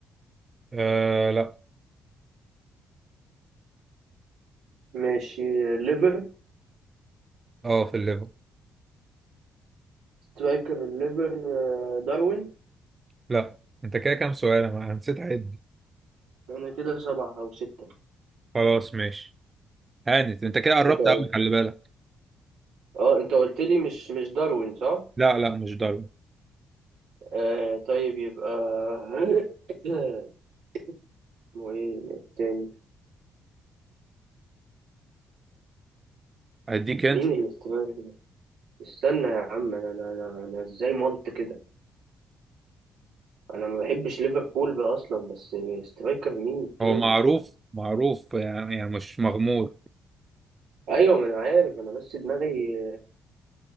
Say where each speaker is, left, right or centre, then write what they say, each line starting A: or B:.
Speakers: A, on the right; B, on the right.
A: آه، لا
B: ماشي آه، ليفر
A: اه في الليفل
B: سترايكر الليفر آه، داروين
A: لا انت كده كام سؤال انا نسيت اعد
B: انا كده سبعة او ستة
A: خلاص ماشي هانت انت كده قربت
B: انت قلت
A: قوي خلي بالك
B: اه انت قلت لي مش مش داروين صح
A: لا لا مش داروين
B: آه طيب يبقى <coughs> <laughs> اسمه ايه التاني
A: هديك انت
B: مين اللي استمر ده استنى يا عم انا انا انا, أنا ازاي ملت كده انا ما بحبش ليفربول بقى اصلا بس سترايكر مين التاني
A: هو معروف معروف يعني, يعني مش مغمور
B: ايوه ما انا عارف انا بس دماغي